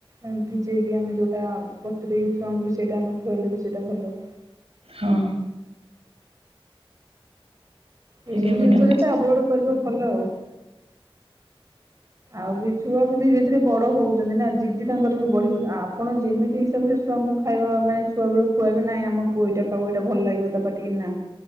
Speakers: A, on the right; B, on the right.
A: ଏଁ ଭିଜେଇକି ଆମେ ଯୋଉଟା ବତୁରେଇକି ଛୁଆଙ୍କୁ ବି ସେଇଟା ଆମେ ଖୁଆଲେ ବି ସେଇଟା ଭଲ।
B: ହଁ।
A: ଏଇ
B: ଆଜ୍ଞା
A: ସବୁ
B: ମ୍ୟାଡ଼ାମ
A: ଜିନିଷ ଯେତେ ଆଭୋଏଡ୍ କରିବ ଭଲ ଆଉ। ଆଉ ବି ଛୁଆ ବି ଧୀରେ ଧୀରେ ବଡ ହଉଚନ୍ତି ନା ଜିଦି ତାଙ୍କର ବି ବଢିବ ଆପଣ ଯେମିତି ହିସାବରେ ଛୁଆଙ୍କୁ ଖାଇବା ମାନେ ଛୁଆ ବେଳୁ ଖୁଆଇବେ ନାଇଁ ଆମ ପୁଅ ଏଇଟା ଖାଉ ଏଇଟା ଭଲ ଲାଗିବ ତା ପାଟିକି ନା।